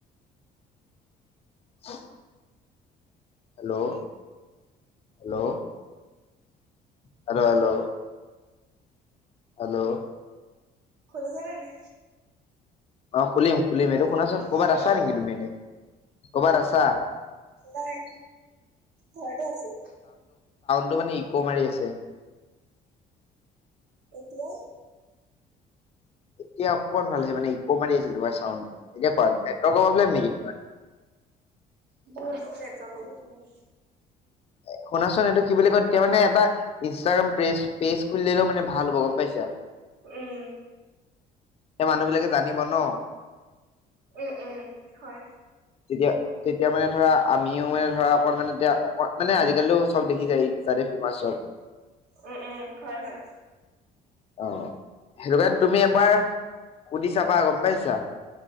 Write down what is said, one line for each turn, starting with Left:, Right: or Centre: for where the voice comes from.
Left: <unintelligible> Hello, hello hello hello hello
Right: খুলিছো নে নাই?
Left: অ খুলিম খুলিম, এইটো শুনাচোন ক'বাত
Right: হেল্ল'
Left: আছা নেকি তুমি এনেই, ক'বাত আছা?
Right: নাই ঘৰতে আছে।
Left: টো মানে ইকো মাৰি আছে।
Right: এতিয়াই
Left: এতিয়া অকণমান ভাল হৈছে, মানে ইকো মাৰি আছিল তোমাৰ চাউডটো, এতিয়া ভাল প্ৰব্লেম নেকি, তোমাৰ?
Right: <unintelligible> নেটৱৰ্কৰ প্ৰব্লেম
Left: <unintelligible> শুনাচোন এইটো কি বুলি কয়, তেতিয়া মানে এটা ইনষ্টাগ্ৰাম পেজ-পেজ খুলি ললে মানে ভাল হ'ব, গম পাইছা?
Right: উম।
Left: এই মানুহ বিলাকে জানিব ন?
Right: উম, উম, হয়
Left: তেতিয়া-তেতিয়া মানে ধৰা আমিও মানে ধৰা অকণমানে এতিয়া, অকোন মানে আজিকালিও চব দেখিজাই, ইনষ্টাতে ফেমাচ চব।
Right: উম, উম, হয়, হয়।
Left: অ সেইটো কাৰণে তুমি এবাৰ সুধি চাবা, গম পাইছা?